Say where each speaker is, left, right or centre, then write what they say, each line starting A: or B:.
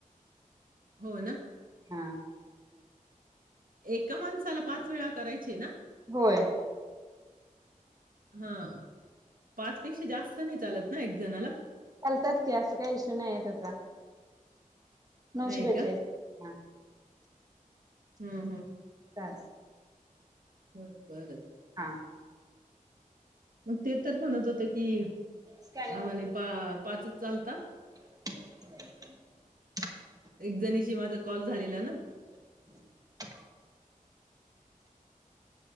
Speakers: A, on the right (about 80°); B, on the right (about 25°).
A: हो ना
B: हं
A: एका माणसाला पाच वेळा करायचे ना?
B: होय.
A: हां पाच पेक्षा जास्त नाही चालत् नाय एकजणाला
B: चालतात कि असं काही इशू नाहीय त्याचा. नऊशे
A: नाही
B: बेचाळीस
A: का?
B: हं
A: हम्म हम्म
B: चाल्
A: बर बरं
B: हं
A: म् ते तर म्हणत होते की
B: स्कॅनिंग
A: आ म्हणे पा् पाचच चालंत
B: <inaudible>
A: एकजणीशी माझा कॉल झालेला ना
B: <inaudible>